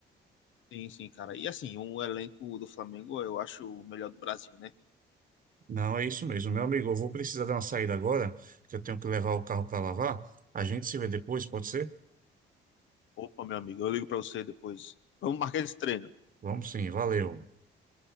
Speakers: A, on the left; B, on the right.
A: Sim, sim, cara. E assim, o elenco do Flamengo eu acho o melhor do Brasil, né?
B: Não, é isso mesmo. Meu amigo, eu vou precisar dar uma saída agora, que eu tenho que levar o carro para lavar. A gente se vê depois, pode ser?
A: Opa, meu amigo, eu ligo pra você depois. Vamos marcar esse treino.
B: Vamos sim, valeu.